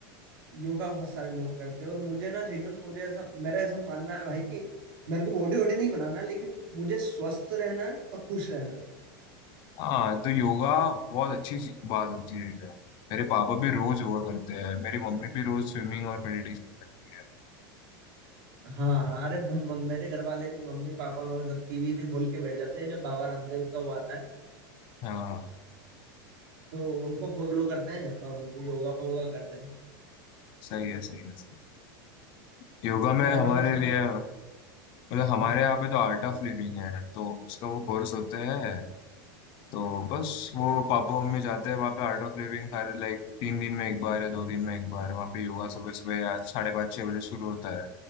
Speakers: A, on the right; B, on the left.
A: योगा बहुत सारे लोग करते हैं और मुझे ना जेन्युइन मुझे ऐसा मेरा ऐसा मानना है भाई कि मेरे को बॉडी वॉडी नहीं बनाना है, लेकिन मुझे स्वस्थ रहना है और खुश रहना है
B: हाँ तो योगा बहुत अच्छी चीज- बात होती है योगा। मेरे पापा भी रोज योगा करते हैं मेरी मम्मी भी रोज स्विमिंग और मेडिटेशन करते
A: हाँ हाँ अरे म- म- मेरे घर वाले भी मम्मी पापा वो सब टीवी भी खोल के बैठ जाते हैं जब बाबा रामदेव का वो आता है
B: हैं हाँ
A: तो उनको फॉलो करते हैं और वो योगा वोगा करते हैं
B: सही है सही है सही है। योगा में
A: मैं
B: हमारे
A: भी सोच रहा
B: लिए
A: हूँ
B: मतलब हमारे
A: हम्म,
B: यहाँ पे तो आर्ट ऑफ लिविंग है तो उसका वो कोर्स होता है तो बस वो पापा मम्मी जाते हैं वहाँ पे आर्ट ऑफ लिविंग हर लाइक तीन दिन में एक बार या दो दिन में एक बार वहाँ पे योगा सुबह सुबह आज साढ़े पाँच छः बजे शुरू होता है